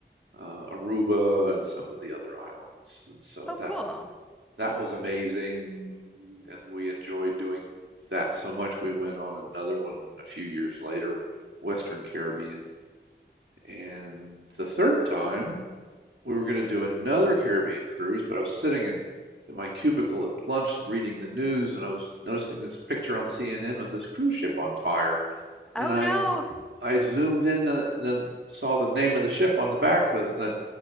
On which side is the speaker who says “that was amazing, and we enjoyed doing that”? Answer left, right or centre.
Right